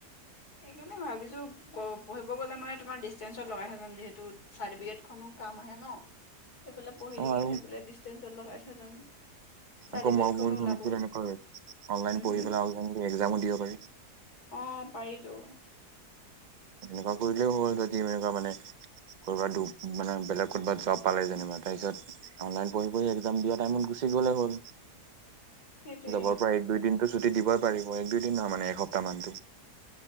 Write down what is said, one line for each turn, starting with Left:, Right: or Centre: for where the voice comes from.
Left: সেইকাৰণে ভাবিছো কব গলে মানে তোমাৰ দিচটেনচত লগাই থৈ যাম যিহেটো চাৰ্টিফিকেট খনও কাম আহে ন। এইফালে পঢ়ি
Right: অ
Left: থাকিম
Right: আৰু
Left: সেইফালে ডিচষ্টেঞ্চত লগাই থৈ যাম। চাৰ্টিফিকেটখনো
Right: আকৌ মই বহুত শুনিছিলো
Left: ওলাব
Right: এনেকৈ অনলাইন
Left: হম
Right: পঢ়ি
Left: হম
Right: পেলাই অনলাইন একজামো দিব পাৰি।
Left: অ' পাৰিতো।
Right: তেনেকুৱা কৰিলেও হ'ল যদি এনেকুৱা মানে ক'ৰবাত মানে বেলেগ ক'ৰবাত জব পালে যেনিবা তাৰপিছত অনলাইন পঢ়ি পঢ়ি এক্াম দিয়া টাইমত গু গুচি গলে হল,
Left: সেইটোৱে
Right: জবৰ পৰা সেই দু টো ছুটি দিবই পাৰিব এক দুই দিন নহয় মানে এসপ্তাহ মান।